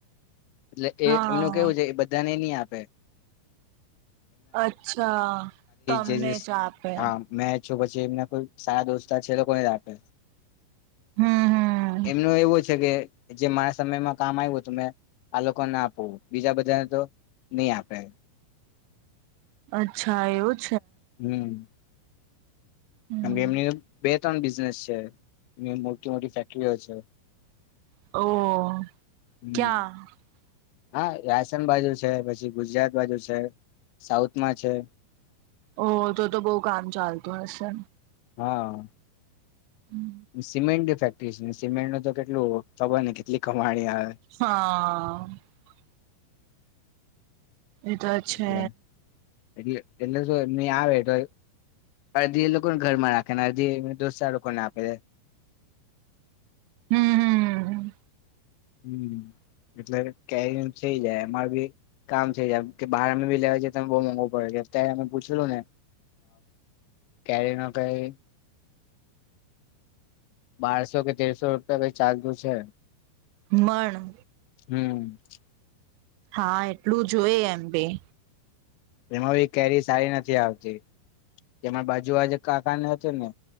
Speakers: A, on the left; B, on the right.
A: એટલે કે
B: હા
A: એમનું કેવું છે,? એ બધાને ની આપે. પે.
B: અચ્છા, ! તમને
A: જે
B: જ આપે.
A: હા મેચ જે એમના કોઈ સારા દોસ્તાર છે, એ લોકો ને જ આપે.
B: હમ હમ
A: એમનું એવું છે કે જે માસ સમયમાં કામ આવ્યું, તો મેં આ લોકોને આપું, બીજા બધાને તો ની આપે.
B: અચ્છા એવું જ
A: હમ્મ! <unintelligible>
B: હમ
A: કેમકે એમની બે બિઝનેસ છે, એ મોટી મોટી ફેક્ટરીઓ છે.
B: ઓહ ઓ
A: હમ
B: ક્યાં?
A: હા, આસામ બાજુ છે, પછી ગુજરાત બાજુ છે, સાઉથમાં છે.
B: ઓ ઓ તો તો બહુ કામ ચાલતું હશે.
A: હા!
B: હમ્મ!
A: સિમેન્ટ ફેક્ટરી છે. ને સિમેન્ટ નું તો કેટલું ખબર ને? કેટલી કમાણી.
B: હા
A: આવે
B: આઆઆ એ તો છે.
A: એટલે એટલે એટલે શું? એમની આવે તો અડધી એ લોકોને ઘરમાં રાખે, અડધી એના દોસતાર લોકોને આપે.
B: હમ્મ હમ્મ!
A: હમ્મ, એટલે કેરી નું થઈ જાય, અમાર ભી કામ થઈ જાય, કે બાર અમે ભી લેવા જઈએ તો બો મોઘું પડે, અત્યારે અમે પૂછલું ને કેરી ન કંઈ બારસો કે તેરસો રૂપિયા કંઈ ચાલતું છે.
B: મણ
A: હમ્મ. !
B: હા, ! એટલું જોઈ એમ બી
A: એમાં બી કેરી સારી નથી આવતી. એમાં બાજુ વાળા કાકાને હતી ને,